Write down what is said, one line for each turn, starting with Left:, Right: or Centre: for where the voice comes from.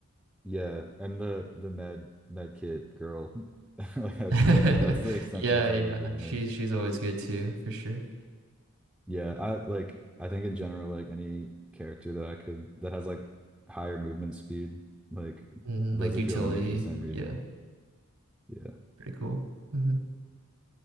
Centre: yeah, and the the med med kit girl. <laughs> Like I,
Right: <laughs>
Centre: I, that's the extent
Right: Yeah,
Centre: to which
Right: yeah,
Centre: I remember the names.
Right: she's she's always good too, for sure.
Centre: Yeah, I like I think in general like any character that I could that has like higher movement speed, like
Right: Mm,
Centre: those
Right: like
Centre: appeal
Right: utility,
Centre: to me for the same reason.
Right: yeah,
Centre: Yeah.
Right: pretty cool. hmm